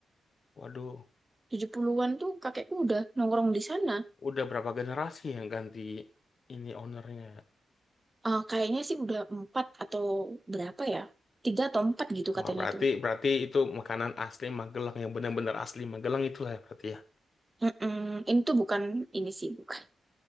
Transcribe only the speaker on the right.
70-an tuh kakekku udah nongkrong di sana.
Eh, kayaknya sih udah empat atau berapa ya? Tiga atau empat gitu
katanya
tuh.
Mm-mm. Ini tuh bukan ini sih, bukan